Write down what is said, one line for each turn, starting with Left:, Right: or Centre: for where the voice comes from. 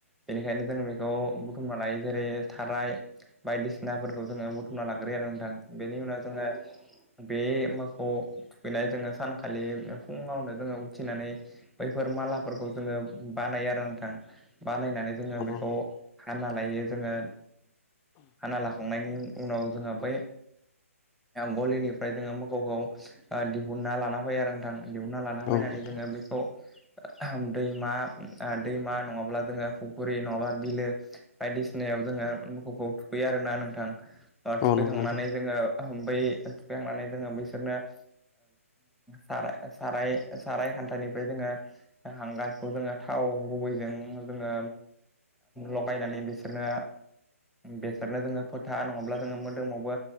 Centre: बेनिखायनो जों बेखौ बुथुमना लायो जेरै थाराय बायदिसिना। फोरखौ जोङो बुथुमना लाग्रोयो आरो नोंथां बेनि उनाव जोङो बे मोखौ। थुखैनाय जोङो सानखालि फुङावनो जोङो उथिनानै बैफोर मालाफोरखौ जोङो बा बानायो आरो नोंथां बानायनानै जोङो
Left: औ
Centre: बेखौ
Left: नंगौ
Centre: हाना लायो जोङो हाना लाखांनायनि उनाव जोंहा बै गलिनिफ्राय जोङो मोखौखौ ओ दिहुनना लाना फैयो आरो नोंथां दिहुनना लाना
Left: औ नोंथां औ
Centre: फैनानै
Left: नंगौ नोंथां
Centre: जोङो बेखौ ओ दैमा दैमा नङाब्ला जोङो फुख्रि नङाब्ला बिलो बायदिसिना याव जोङो मोखौखौ थुखैयो आरो ना नोंथां ओ
Left: औ
Centre: थुखैखांनानै
Left: नंगौ नोंथां
Centre: जोङो बै थुखैखांनानै जोङो बिसोरनो ओ साराय साराय खान्थानिफ्राय जोङो हांगारखौ जोङो थाव गुबैजों जोङो लगायनानै बिसोरनो बेसोरनो जोङो फोथा नङाब्ला जोङो मोदोमावबो